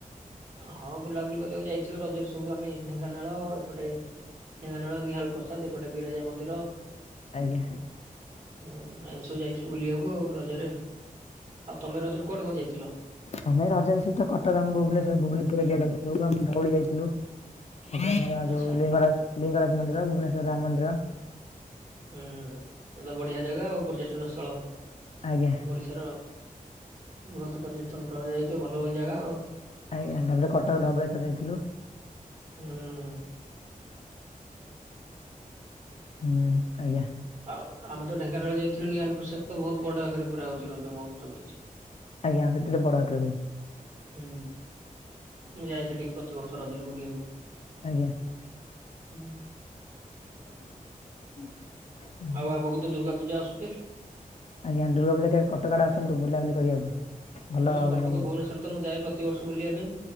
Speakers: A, on the right; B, on the left.
A: ହଁ ବୁଲାବୁଲି କରିବାକୁ ଯାଇଥିଲୁ ରଜରେ ସବୁ ଆମେ ଢେଙ୍କାନାଳ ଏପଟେ ଢେଙ୍କାନାଳ ନିହାଲ ପ୍ରସାଦ ଏପଟେ ବିରଜା ମନ୍ଦିର।
B: ଆଜ୍ଞା।
A: ହୁଁ <unintelligible> ସବୁ ଯାଇଥିଲୁ ବୁଲିବାକୁ ଆଉ ରଜରେ ଆଉ ତମେ ରଜରେ କୁଆଡେ କଁ ଯାଇଥିଲ।
B: ଆମେ ରଜାରେ ସେଇତ କଟକ ଆମ ଭୁବନେଶ୍ୱର ଭୁବନେଶ୍ୱରରେ <unintelligible> ଧଉଳି ଯାଇଥିଲୁ। <unintelligible>
A: ଆଚ୍ଛା
B: ଯୋଉ ଲିଙ୍ଗରାଜ ଲିଙ୍ଗରାଜ ମନ୍ଦିର ଭୁବନେଶ୍ୱର ରାମ ମନ୍ଦିର।
A: ହୁଁ ଏତ ବଢିଆ ଜାଗା ଆଉ ପର୍ଯ୍ୟଟନ ସ୍ଥଳ।
B: ଆଜ୍ଞା।
A: ଓଡିଶାର ବୃହତ ପର୍ଯ୍ୟଷ୍ଟନ <unintelligible> ଯାଇଚ ଭଲ ଭଲ ଜାଗା ଆଉ।
B: ଆଜ୍ଞା ତାପରେ କଟକ ଧବଳେ ସ୍ୱର ଯାଇଥିଲୁ।
A: ହୁଁ।
B: ହୁଁ ଆଜ୍ଞା।
A: ଆଉ ଆମେ ତ ଢେଙ୍କାନାଳ ଯାଇଥିଲୁ ନିହାଲ ପ୍ରସାଦ ତ ବୋହୁତ ବଡ ଆକାରରେ କରା ହୋଉଛି ରଜ ମହୋତ୍ସବ ସେଠି।
B: ଆଜ୍ଞା ହେଟି ଟିକେ ବଡ ଆକାରରେ ହୁଏ।
A: ହୁଁ ମୁଁ ଯାଏ ସେଠିକି ପ୍ରତିିବର୍ଷ ରଜରେ ବୁଲିବାକୁ।
B: ଆଜ୍ଞା।
A: ହୁଁ।
B: <unintelligible>
A: ଆଉ ଆଗୁକୁ ତ ଦୁର୍ଗା ପୂଜା ଆସୁଚି।
B: ଆଜ୍ଞା ଦୁର୍ଗା ପୂଜା କେବେ କଟକ ଆଡ଼େ ଆସନ୍ତୁ ବୁଲାବୁଲି କରିବାକୁ। ଭଲ
A: ହୁଁ କଟକ
B: ମାନେ
A: ଭୁବନେଶ୍ୱର ତ ମୁଁ ଯାଏ ପ୍ରତିବର୍ଷ ବୁଲିବା ପାଇଁ